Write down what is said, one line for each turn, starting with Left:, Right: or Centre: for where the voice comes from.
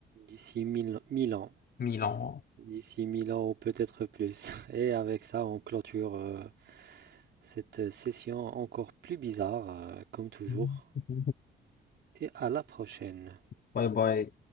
Right: D'ici 1000 1000 ans.
Left: Milan. hein.
Right: D'ici 1000 ans ou peut-être plus. <laughs> Et avec ça, on clôture euh, cette session encore plus bizarre, euh, comme toujours.
Left: <laughs>
Right: Et à la prochaine.
Left: Bye bye.